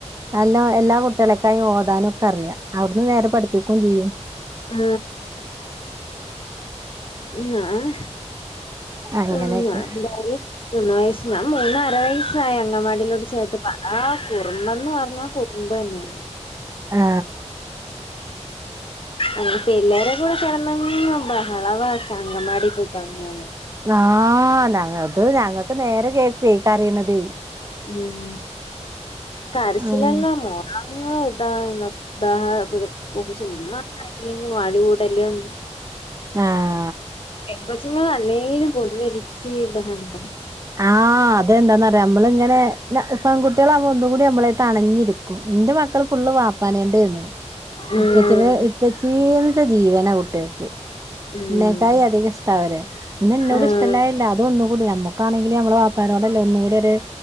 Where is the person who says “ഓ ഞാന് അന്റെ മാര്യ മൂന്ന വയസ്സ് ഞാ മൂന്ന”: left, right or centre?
Left